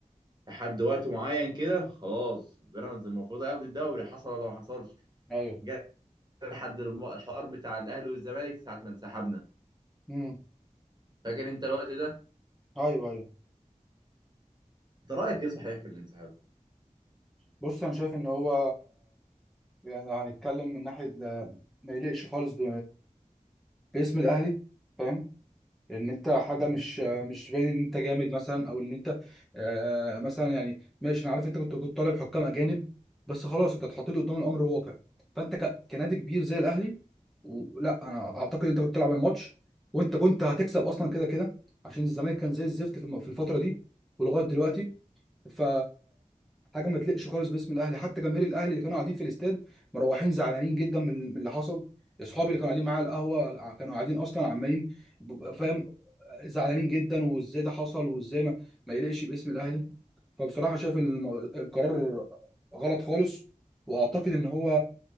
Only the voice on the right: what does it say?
لحد وقت معين كده خلاص بيراميدز المفروض هياخد الدوري حصل ولا ما حصلش
جه لحد الم- الحوار بتاع الاهلي والزمالك ساعه ما انسحبنا
فاكر انت الوقت ده
انت رايك ايه صحيح في الانسحاب